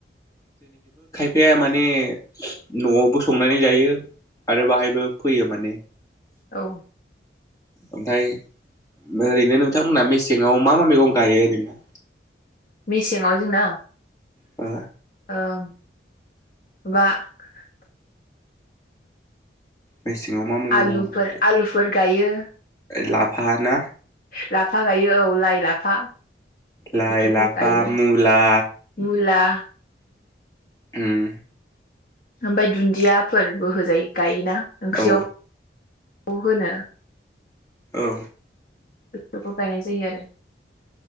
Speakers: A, on the left; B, on the left.
A: बिफाया माने न'आवबो संनानै जायो आरो बाहायबो फैयो माने।
B: औ
A: ओमफ्राय ओरैनो नोंथांमोनहा मेसेंआव मा मा मैगं गायो ओरैनो।
B: मेसेंआव जोंना
A: ओ
B: ओ
A: मेसेङाव मा मा मैगं
B: आलुफोर आलुफोर गायो।
A: लाफा ना
B: लाफा गायो औ लाइ लाफा।
A: लाइ
B: बेफोरखौ
A: लाफा
B: गायो।
A: मुला
B: मुला
A: ओम
B: ओमफ्राय दुन्दियाफोरबो होजायोना गायोना ओंख्रियाव
A: औ
B: औ होनो।
A: औ
B: बेफोरखौ गायनाय जायो आरो।